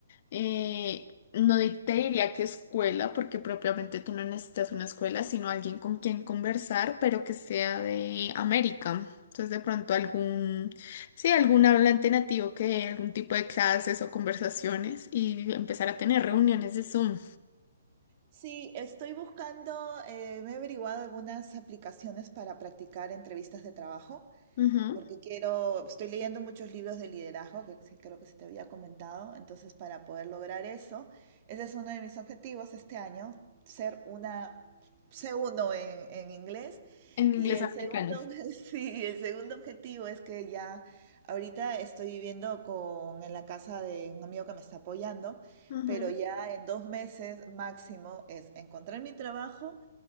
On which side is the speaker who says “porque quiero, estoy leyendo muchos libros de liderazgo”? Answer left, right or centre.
Right